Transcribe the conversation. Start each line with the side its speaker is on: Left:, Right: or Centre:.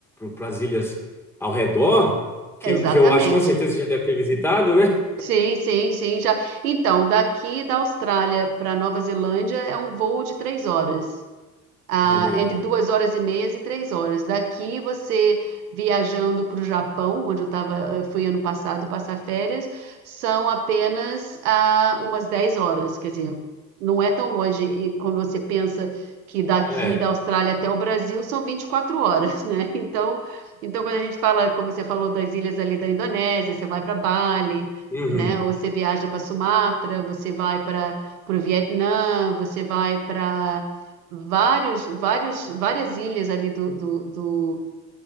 Centre: para as ilhas ao redor, que,
Right: exatamente.
Centre: que eu acho com certeza você já deve ter visitado, né?
Right: Sim, sim, sim, já. Então, daqui da Austrália para Nova Zelândia é um voo de três horas. ah,
Centre: Olha aí.
Right: entre duas horas e meia e três horas. Daqui você viajando para o Japão, onde eu tava, eu fui ano passado passar férias, são apenas ah, umas 10 horas, quer dizer, não é tão longe. E quando você pensa que daqui
Centre: É,
Right: da Austrália até o Brasil são 24 horas, né? <laughs> Então, então quando a gente fala, como você falou, das ilhas ali da Indonésia, você vai para Bali.
Centre: uhum,
Right: Né? Ou você viaja para Sumatra, você vai para o Vietnã, você vai para vários, vários, várias ilhas ali do, do, do,